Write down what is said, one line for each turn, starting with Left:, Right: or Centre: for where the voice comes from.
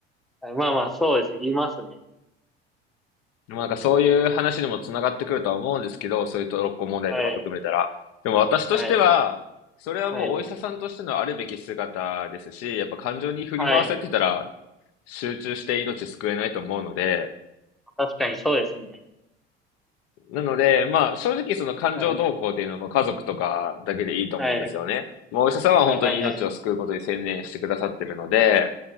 Centre: はいまあまあ、そうですね。言いますね。
Left: でもなんかそういう話にもつながってくるとは思うんですけど、そういうトロッコ問題とか含めたら。
Centre: はい。
Left: でも私としては、
Centre: はい。
Left: それはもうお医者さんとしてのあるべき姿ですし、
Centre: はい。
Left: やっぱ感情に振り回されてたら
Centre: はい。
Left: 集中して命救えないと思うので、
Centre: 確かにそうですね。
Left: なので、まあ、正直その感情動向っていうのも家族とかだけでいいと思うんですよね。
Centre: はい。はい。
Left: もうお医者さんは本当に命を救うことに専念してくださってるので、
Centre: はいはいはい。はいはい